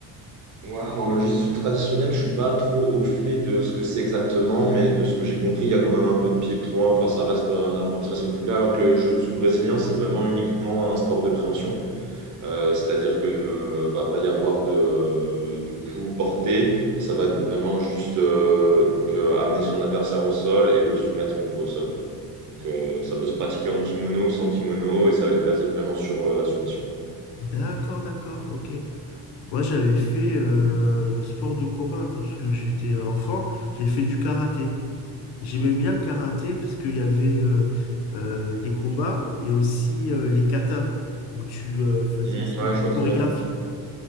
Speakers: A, on the right; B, on the left.
A: Ouais, alors le jiu-jitsu traditionnel, je suis pas trop au fait de ce que c'est exactement, mais de ce que j'ai compris, il y a quand même un peu de pied-point, enfin ça reste un art martial assez complet, alors que le jiu-jitsu brésilien, c'est vraiment uniquement un sport de préhension. Euh, c'est-à-dire que euh, va pas y avoir de, de coup porté et ça va être vraiment juste euh, donc euh, amener son adversaire au sol et le soumettre une fois au sol. Donc euh, ça peut se pratiquer en kimono ou sans kimono et ça va être basé vraiment sur euh, la soumission.
B: D'accord, d'accord, ok. Moi, j'avais fait euh, un sport de combat quand parce que j'étais enfant. J'ai fait du karaté. J'aimais bien le karaté parce qu'il y avait euh, euh, les combats et aussi euh, les katas où tu euh, faisais
A: Mm,
B: des
A: ouais, je vois
B: chorégraphies,
A: très bien.
B: quoi.